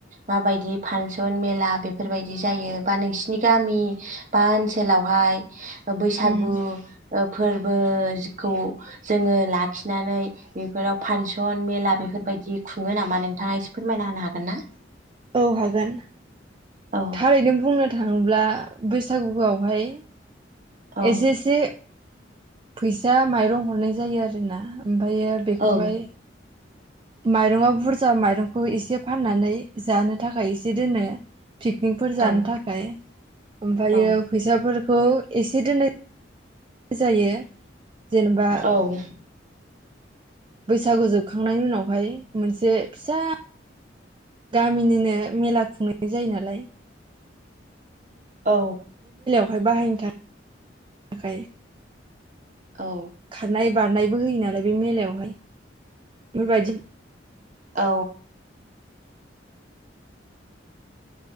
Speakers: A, on the right; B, on the right.
A: माबायदि फांसन मेला बेफोरबायदि जायो बा नोंसिनि गामि बा ओनसोलावहाय बैसागु
B: उम
A: ओ फोरबोखौ जोंङो लाखिनानै बेफोराव फानस <unintelligible> मेला बेफोरबायदि खुङो नामा नोंथाङा एसे फोरमायना होनो हागोन ना?
B: औ हागोन।
A: औ
B: थारैनो बुंनो थां ङोब्ला बैसागुआवहाय
A: औ
B: एसेसे फैसा माइरं हरनाय जायो आरोना। ओमफ्रायो बेखौहाय
A: औ
B: माइरंआ बुर जा माइरंखौ एसे फाननानै जानो थाखाय एसे दोनो पिकनिकफोर जानो
A: औ
B: थाखाय ओमफ्रायो
A: औ
B: फैसाफोर खौ एसे दोननाय जायो जेनेबा
A: औ। <inaudible>
B: बैसागु जोबखांनायनि उनावहाय मोनसे फिसा गामिनिनो मेला खुंनाय जायो नालाय।
A: औ।
B: <unintelligible> बाहायनो थाखाय
A: औ।
B: खारनाय बारनायबो होयो नालाय बे मेलायावहाय बेफोरबायदि
A: औ।